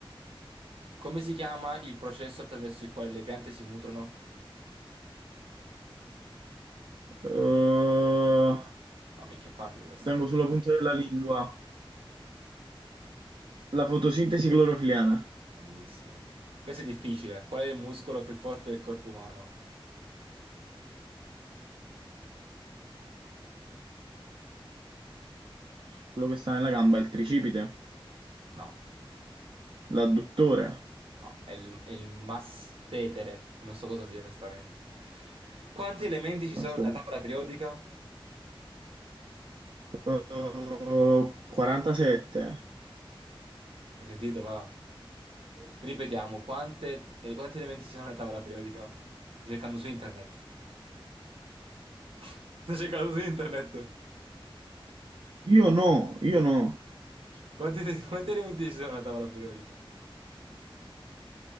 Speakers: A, on the right (about 80°); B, on the right (about 60°).
A: Come si chiama il processo attraverso il quale le piante si nutrono?
B: Eh,
A: No, minchia, è facile questa.
B: tengo
A: <laughs>
B: sulla punta della lingua la fotosintesi clorofiliana,
A: Bravissimo. Questo è difficile. Qual è il muscolo più forte del corpo umano?
B: quello che sta nella gamba, è il tricipite,
A: No,
B: l'adduttore.
A: no, è il, è il massetere. Non so cosa sia, onestamente. Quanti elementi ci sono
B: Insomma.
A: nella tavola periodica?
B: Eh, 47.
A: Hai sentito? Va. Sì. Ripetiamo, quante- eh, quanti elementi ci sono nella tavola periodica? Sto cercando su internet. <laughs> Sto cercando su internet.
B: Io no, io no.
A: Quanti, quanti elementi ci sono nella tavola periodica?